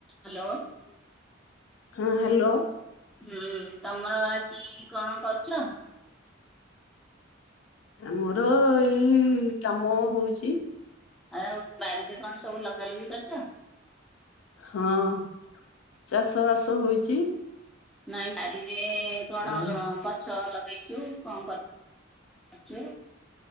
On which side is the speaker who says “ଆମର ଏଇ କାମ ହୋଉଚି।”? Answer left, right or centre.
Left